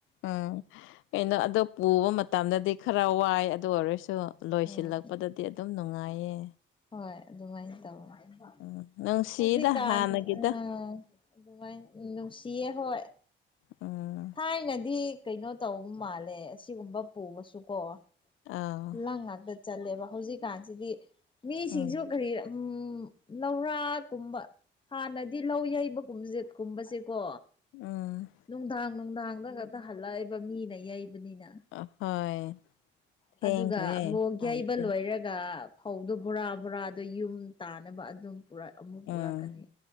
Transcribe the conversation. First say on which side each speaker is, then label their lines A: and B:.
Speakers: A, on the left (about 80°); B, on the left (about 25°).
A: ꯎꯝ ꯀꯩꯅꯣ ꯑꯗꯣ ꯄꯨꯕ ꯃꯇꯝꯗꯗꯤ ꯈꯔ ꯋꯥꯏ ꯑꯗꯨ ꯑꯣꯏꯔꯁꯨ ꯂꯣꯏꯁꯤꯜꯂꯛꯄꯗꯗꯤ
B: ꯎꯝ
A: ꯑꯗꯨꯝ ꯅꯨꯡꯉꯥꯏꯌꯦ
B: ꯍꯣꯏ ꯑꯗꯨꯃꯥꯏꯅ ꯇꯧꯅꯤ
A: ꯎꯝ ꯅꯨꯡꯁꯤꯗ
B: ꯍꯧꯖꯤꯛꯀꯥꯟ
A: ꯍꯥꯟꯅꯒꯤꯗꯣ
B: ꯎ ꯑꯗꯨꯃꯥꯏꯅ ꯅꯨꯡꯁꯤꯌꯦ ꯍꯣꯏ
A: ꯑꯣ
B: ꯊꯥꯏꯅꯗꯤ ꯀꯩꯅꯣ ꯇꯧꯕ ꯃꯥꯜꯂꯦ ꯑꯁꯤꯒꯨꯝꯕ ꯄꯨꯕꯁꯨꯀꯣ
A: ꯑꯥ
B: ꯈꯨꯂꯥꯡ ꯉꯥꯛꯇ ꯆꯠꯂꯦꯕ ꯍꯧꯖꯤꯛꯀꯥꯟꯁꯤꯗꯤ ꯃꯤꯁꯤꯡꯁꯨ
A: ꯎꯝ
B: ꯀꯔꯤ ꯎꯝ ꯂꯧꯔꯥꯛꯒꯨꯝꯕ ꯍꯥꯟꯅꯗꯤ ꯂꯧ ꯌꯩꯕ ꯀꯨꯝꯠ ꯀꯨꯝꯕꯁꯦꯀꯣ
A: ꯑ
B: ꯅꯨꯡꯗꯥꯡ ꯅꯨꯡꯗꯥꯡꯗ ꯉꯛꯇ ꯍꯜꯂꯛꯏꯕ ꯃꯤꯅ ꯌꯩꯕꯅꯤꯅ
A: ꯍꯣꯏ ꯊꯦꯡꯈ꯭ꯔꯦ
B: ꯑꯗꯨꯒ ꯑꯃꯨꯛ
A: ꯍꯥꯟꯅꯗꯤ
B: ꯌꯩꯕ ꯂꯣꯏꯔꯒ ꯐꯧꯗꯣ ꯕꯣꯔꯥ ꯕꯣꯔꯥꯗꯣ ꯌꯨꯝ ꯇꯥꯅꯕ ꯑꯗꯨꯝ ꯑꯃꯨꯛ ꯄꯨꯔꯛꯀꯅꯤ
A: ꯎꯝ